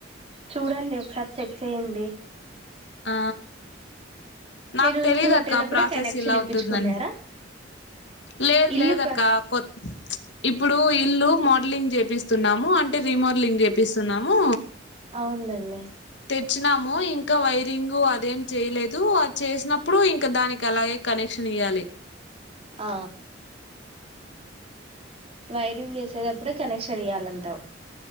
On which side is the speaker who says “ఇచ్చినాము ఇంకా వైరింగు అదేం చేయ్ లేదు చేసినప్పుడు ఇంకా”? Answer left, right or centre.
Left